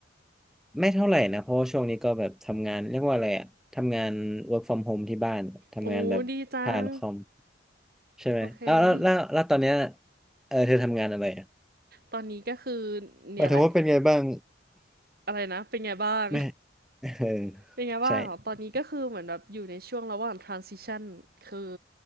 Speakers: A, in the centre; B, on the right.
A: ไม่เท่าไหร่นะเพราะว่าช่วงนี้ก็แบบทำงานเรียกว่าอะไรอะทำงาน work from home ที่บ้านทำงานแบบผ่านคอม
B: โอ้ดีจัง
A: ใช่ไหมอ้าวแล้วแล้วแล้วตอนเนี้ย
B: โอเคยิ่ง
A: เออเธอทำงานอะไรอะ
B: ตอนนี้ก็คือเนี่ยแหละ
A: หมายถึงว่าเป็นไงบ้าง
B: อะไรนะเป็นไงบ้าง
A: <laughs> ไม่เออ
B: <laughs> เป็นไงบ้างเหรอตอนนี้ก็คือเหมือนแบบอยู่ในช่วงระหว่าง
A: ใช่
B: transition คือ